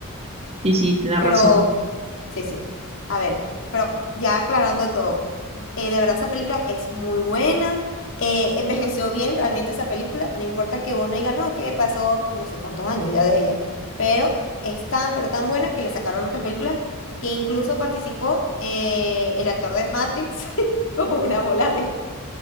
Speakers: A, on the right (about 25°); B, on the left (about 60°).
A: Sí, sí, tenés
B: Pero,
A: razón.
B: sí, sí. A ver, pero ya aclarando todo, eh, de verdad esa película es muy buena, eh, envejeció bien realmente esa película, no importa que uno diga, no, que pasó no sé cuántos años ya de ella, pero es tan, pero tan buena que le sacaron otras películas que incluso participó eh, el actor de Matrix <laughs> como una bola de,